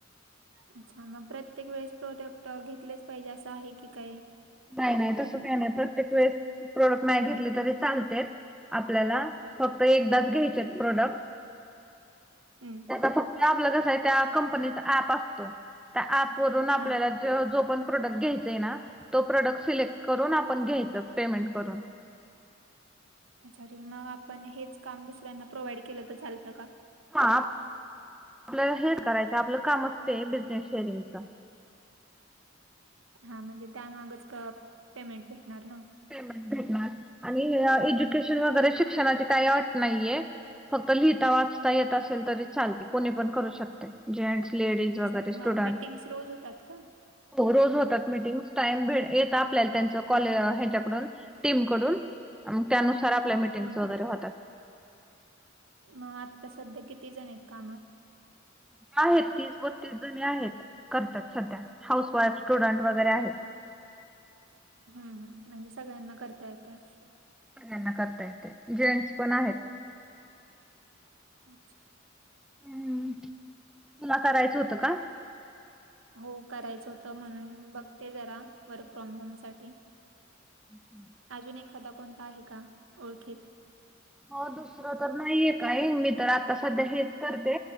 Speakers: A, on the right; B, in the centre.
A: अच्छा, म प्रत्येक वेळेस प्रोडक्ट घेतलेच पाहिजे, असं आहे की, काही?
B: नाही नाही, तसं काय नाही, प्रत्येक वेळेस प्रोडक्ट नाही घेतले, तरी चालते. आपल्याला फक्त एकदाच घ्यायचेत, प्रोडक्ट.
A: हम्म.
B: त्याचं फक्त आपलं कसं, त्या कंपनीचा ऍप असतो, त्या ऍप वरून आपल्याला
A: हां.
B: जो पण प्रोडक्ट घ्यायचा ये ना, तो प्रोडक्ट सिलेक्ट करून, आपण घ्यायच, पेमेंट करून.
A: अच्छा ठीक, म आपण हेच काम दुसऱ्यांना प्रोव्हाइड केलं, तर चालतं का?
B: हां, आपल्याला हे करायचं, आपलं काम असतय, बिजनेस शेअरिंगचा.
A: हां, म्हणजे त्यामागच क पेमेंट भेटणार ना?
B: पेमेंन्ट भेटणार आणि एज्युकेशन वगैरे, शिक्षणाची काही अट नहीये. फक्त लिहिता वाचता येत असेल तरी चालते, कोणी पण करू शकते. जेंट्स, लेडीज
A: अच्छा
B: वगैरे, स्टुडंट.
A: मग मीटिंग्स रोज होतात का?
B: हो रोज होतात मीटिंगस, टाइम भेट येत आपल्याला त्यांच कॉल डून, टीम कडून, त्यानुसार आपल्या मिटिंग्
A: हं.
B: वगैरे होतात.
A: म आत्ता सध्या, किती जण येत कामात?
B: आहेत, तीस-बत्तीस जणी आहेत, करतात सध्या, हाऊस वाईफ, स्टुडंट वगैरे आहेत.
A: हम् हम, म्हणजे सगळ्यांना करता येतं.
B: सगळ्यांना करता येतेय, जेंट्स पण आहेत.
A: अच्छा.
B: हम्म, तुला करायचं होतं का?
A: हो करायचं होतं, म्हणून बघते जरा, वर्क फ्रॉम होम साठी.
B: हम् हम.
A: अजून एखादा कोणता आहे का, ओळखीत?
B: हो दुसरं तर नाहीये काहीं, मी तर आता सध्या हेच करते.